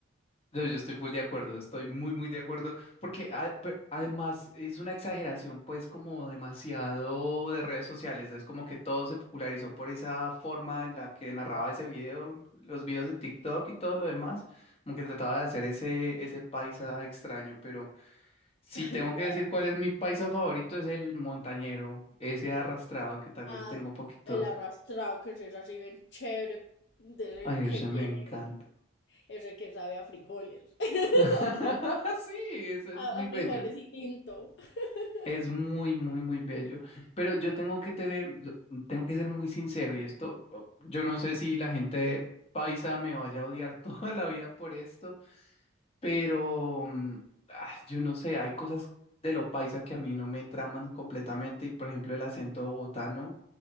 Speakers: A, on the left (about 30°); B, on the left (about 55°).
A: No, yo estoy full de acuerdo, estoy muy, muy de acuerdo, porque a- pe- además es una exageración, pues, como demasiado de redes sociales, es como que todo se popularizó por esa forma en la que narraba ese video, los videos de TikTok y todo lo demás, como que trataba de hacer ese, ese paisa extraño, pero...
B: <laughs>
A: Si
B: Tal
A: tengo
B: cual.
A: que decir cuál es mi paisa favorito, es el montañero, ese arrastrado que tal vez
B: Ah,
A: tengo un poquito.
B: el arrastrado que es así bien chévere, desde
A: Ay,
B: que
A: ese me
B: viene
A: encanta.
B: Ese que sabe a frijoles. <laughs>
A: <laughs> Sí, ese es
B: A,
A: muy
B: a
A: bello.
B: frijoles y tinto. <laughs>
A: Es muy, muy, muy bello. Pero yo tengo que tener, yo tengo que ser muy sincero y esto, yo no sé si la gente paisa me vaya a odiar <laughs> toda la vida por esto Pero mm, ah, yo no sé, hay cosas de lo paisa que a mí no me traman completamente. Y por ejemplo, el acento bogotano,